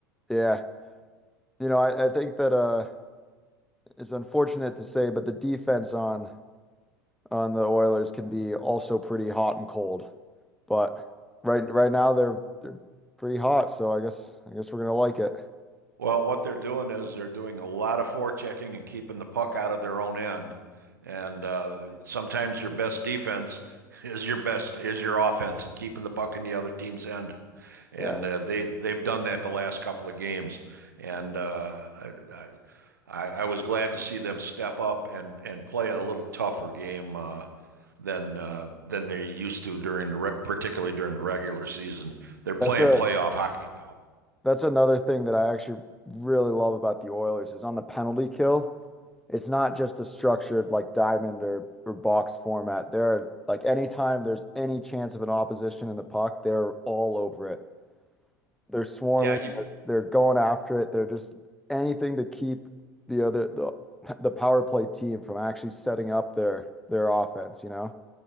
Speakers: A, in the centre; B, on the right (about 75°).
A: Yeah. You know, I, I think that uh it's unfortunate to say, but the defense on on the Oilers can be also pretty hot and cold. But right right now they're they're pretty hot, so I guess I guess we're gonna like it.
B: Well, what they're doing is they're doing a lot of forechecking and keeping the puck out of their own end. And uh, sometimes your best defense <laughs> is your best is your offense and keeping the puck in the other team's end. And
A: Yeah.
B: uh, they they've done that the last couple of games. And uh, I, I, I was glad to see them step up and and play a little tougher game uh, than uh, than they used to during the re- particularly during the regular season. They're playing
A: That's a
B: playoff hockey now.
A: that's another thing that I actually really love about the Oilers is on the penalty kill. it's not just a structured like diamond or or box format. There are like anytime there's any chance of an opposition in the puck, they're all over it. They're swarming,
B: Yeah, you
A: they're, they're going after it. They're just anything to keep the other the the power play team from actually setting up their their offense, you know?